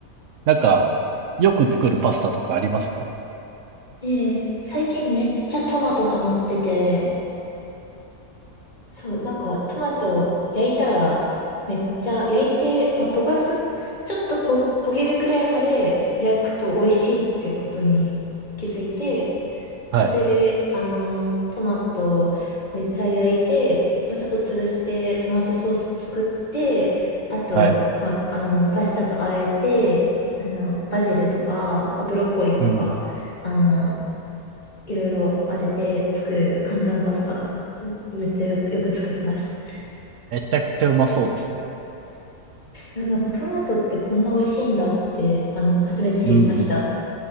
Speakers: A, on the right; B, on the left.
A: なんか、よく作るパスタとかありますか
B: えー、最近めっちゃトマトハマってて、そう、なんか、トマト焼いたら、めっちゃ焼いて、まあ、焦がす、ちょっとこ、焦げるくらいまで焼くと美味しいってことに気づいて、
A: はい、
B: それで、あの、トマトをめっちゃ焼いて、まあ、ちょっと潰してトマトソース作って、あと、
A: はい。
B: まあ、あの、パスタと和えて、あの、バジルとか、まあブロッコリーとか、
A: うん。
B: あの、いろいろ混ぜて作る簡単パスタ、めっちゃよく、よく作ります。
A: めちゃくちゃうまそうですね。
B: いや、なんかトマトってこんな美味しいんだって、あの、初めて知りました。
A: うん。